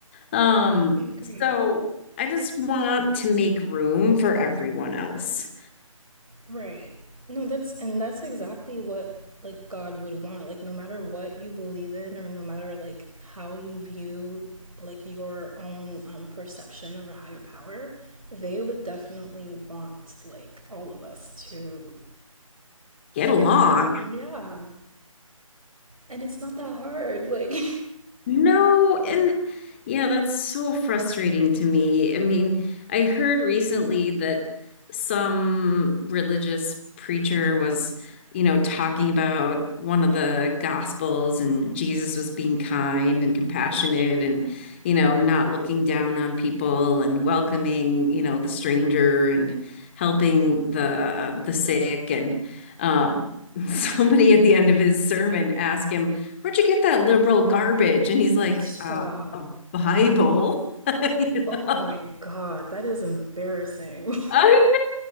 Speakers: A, on the left (about 20°); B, on the right (about 75°).
A: Um,
B: I agree.
A: so I just want to make room for everyone else.
B: Right. No, that's and that's exactly what like God would want. Like no matter what you believe in or no matter like how you view like your own um, perception of a higher power, they would definitely want like all of us to
A: Get along.
B: I'm- yeah. And it's not that hard. Like
A: No, and yeah, that's so frustrating to me. I mean, I heard recently that some religious preacher was, you know, talking about one of the gospels and Jesus was being kind and compassionate and, you know, not looking down on people and welcoming, you know, the stranger and helping the the sick and um <laughs> somebody at the end of his sermon asked him where'd you get that liberal garbage? And he's like,
B: <laughs> stop.
A: uh, a Bible. <laughs> You
B: Oh
A: know?
B: my God, that is embarrassing.
A: I